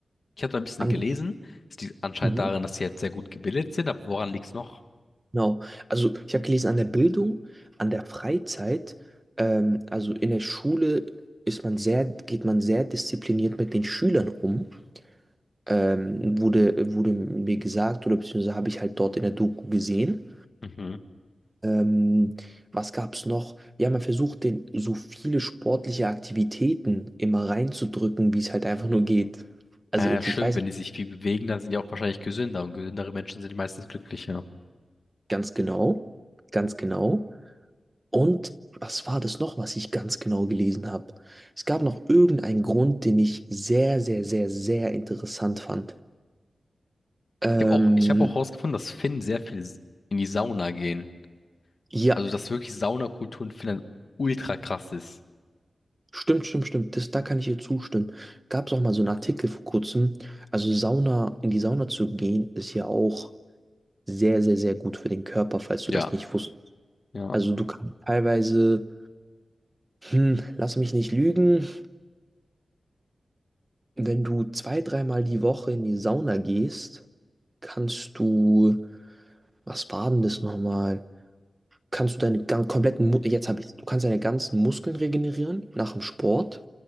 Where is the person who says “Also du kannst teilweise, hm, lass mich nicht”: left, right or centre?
Right